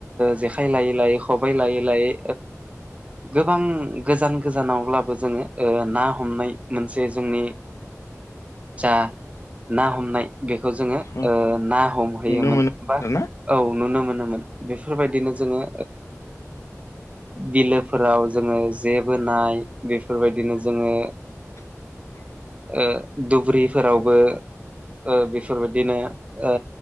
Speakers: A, on the right; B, on the left.
A: जेखाय लायै लायै खबायाइ लायै लायै गोबां गोजान गोजानावब्लाबो जोङो ना हमनाय मोनसे जोंनि जा ना हमनाय बेखौ जोङो
B: उम
A: ना हमहैयोमोन
B: नुनो मोनो
A: बा
B: आरोना
A: औ नुनो मोनोमोन बेफोरबायदिनो जोङो बिलोफोराव जोङो जे बोनाय बेफोरबायदिनो जोङो
B: <inaudible>
A: ओ दुब्रिफोरावबो ओ बेफोरबायदिनो ओ